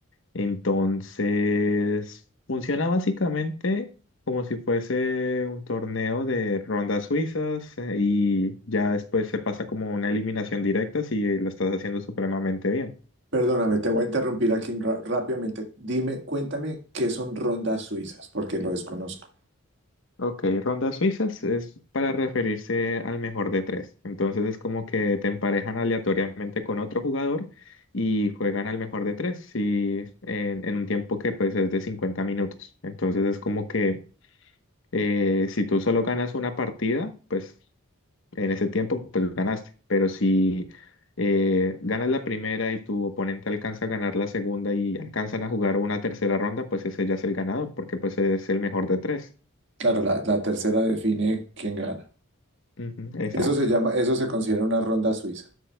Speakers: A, on the left; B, on the right.
A: Entonces, funciona básicamente como si fuese un torneo de rondas suizas eh, y ya después se pasa como una eliminación directa si lo estás haciendo supremamente bien.
B: Perdóname, te voy a interrumpir aquí ra- rápidamente. Dime, cuéntame qué son rondas suizas, porque lo desconozco.
A: Ok, rondas suizas es para referirse al mejor de tres. Entonces es como que te emparejan aleatoriamente con otro jugador y juegan al mejor de tres si, en, en un tiempo que pues es de 50 minutos. Entonces es como que eh, si tú solo ganas una partida, pues en ese tiempo pues ganaste. Pero si eh, ganas la primera y tu oponente alcanza a ganar la segunda y alcanzan a jugar una tercera ronda, pues ese ya es el ganador porque pues es el mejor de tres.
B: Claro, la, la tercera define quién gana.
A: Ujú, exacto.
B: Eso se llama, eso se considera una ronda suiza.